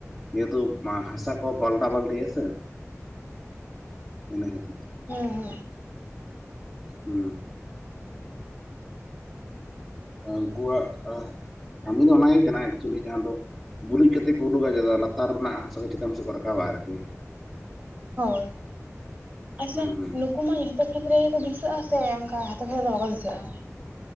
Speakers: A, in the centre; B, on the right.
A: <unintelligible> ᱢᱟ ᱦᱟᱥᱟ ᱠᱚ ᱯᱟᱞᱴᱟ ᱯᱟᱞᱴᱤ ᱟᱥᱮ ᱤᱱᱟᱹ ᱠᱷᱮᱛ
B: <unintelligible>
A: ᱦᱩᱸ ᱩᱱᱠᱩᱣᱟᱜ ᱠᱟᱹᱢᱤ ᱫᱚ ᱚᱱᱟᱜᱮ ᱠᱟᱱᱟ ᱮᱠᱪᱩᱭᱮᱞᱤ ᱡᱟᱦᱟᱸ ᱫᱚ ᱜᱩᱨᱤᱡ ᱠᱟᱛᱮ ᱠᱚ ᱩᱰᱩᱠᱟ ᱡᱟᱛᱮ ᱞᱟᱛᱟᱨ ᱨᱮᱱᱟᱜ ᱦᱟᱥᱟ ᱠᱚ ᱪᱮᱛᱟᱱ ᱥᱮᱫ ᱠᱚ ᱨᱟᱠᱟᱵᱟ ᱟᱨᱠᱤ
B: ᱦᱳᱭ ᱟᱪᱷᱟ
A: ᱦᱩᱸ
B: ᱱᱩᱠᱩ ᱢᱟ ᱡᱚᱼᱼ ᱠᱷᱮᱛ ᱨᱮᱠᱚ ᱫᱤᱥᱟᱹᱜᱼᱟ ᱥᱮ ᱚᱱᱠᱟ ᱦᱟᱛᱳ ᱠᱷᱮᱛ ᱨᱮᱫᱚ ᱵᱟᱠᱚ ᱫᱤᱥᱟᱹᱜᱼᱟ